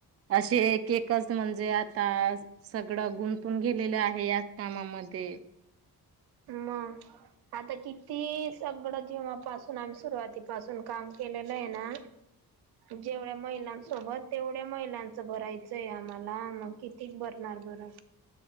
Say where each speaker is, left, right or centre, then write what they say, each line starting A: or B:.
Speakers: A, on the right; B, on the right.
A: असे एक केकस म्हणजे आता सगडं गुंतून गेलेलं आहे याच कामामध्ये.
B: मंग, आता कित तीसाबडं जेंव्हा पासून आमी सुरुवाती पासून काम केलेलेयना जेवढ्या महिलांसोबत तेवढ्या महिलांचं भरायचंय आम्हाला, मग कितीच भरणार बरं.